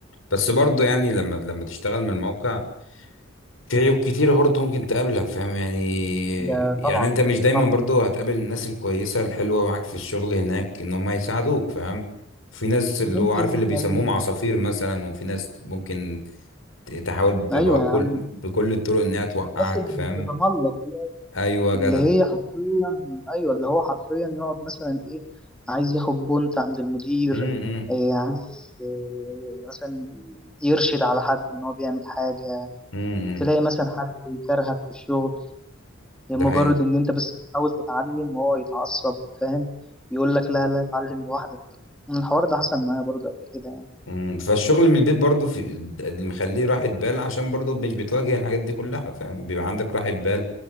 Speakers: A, on the left (about 90°); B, in the centre.
A: بس برضه يعني لما لما تشتغل من الموقع كتير وكتير برضه ممكن تقابلك فاهم يعني
B: ده
A: يعني
B: طبعا
A: انت مش دايما
B: طبعا
A: برضه هتقابل الناس الكويسة الحلوة معاك في الشغل هناك ان هم يساعدوك فاهم في ناس اللي
B: وممكن
A: هو عارف اللي بيسموهم
B: يعني
A: عصافير مثلا وفي ناس ممكن ت- تحاول ب-
B: أيوه
A: بكل
B: يا عم
A: بكل الطرق انها توقعك
B: الناس اللي
A: فاهم
B: بتتملق دي
A: ايوه يا جدع
B: اللي هي طب حرفيا ايوه اللي هو حرفيا يقعد مثلا ايه عايز ياخد بونت عند المدير
A: امم امم
B: إيه عايز إيه مثلا يرشد على حد ان هو بيعمل حاجه
A: إمم، إمم.
B: تلاقي مثلا حد يكرهك في الشغل لمجرد
A: ده حقيقي
B: ان انت بس بتحاول تتعلم وهو يتعصب فاهم يقول لك لا لا اتعلم لوحدك من الحوار ده حصل معايا برضه قبل كده يعني
A: مم، فالشغل من البيت برضه في اللي مخليه راحة بال عشان برضه مش بتواجه الحاجات دي كلها فاهم بيبقى عندك راحة بال